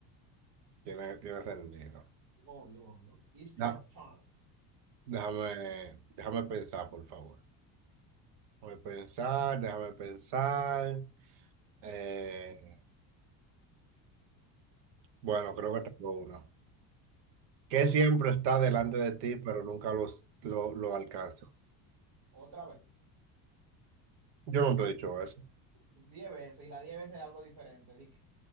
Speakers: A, on the right; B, on the right.
A: Tiene, tiene sentido.
B: obvio, obvio. It's your
A: Da-
B: turn.
A: Déjame, déjame pensar, por favor. Déjame pensar, déjame pensar. Eh, bueno, creo
B: ¿Sí?
A: que tengo una. Que
B: Ok,
A: siempre está delante de ti, pero nunca los, lo, lo alcanzas.
B: otra vez.
A: Yo no te he dicho eso.
B: Diez veces, y las diez veces es algo diferente. Así que,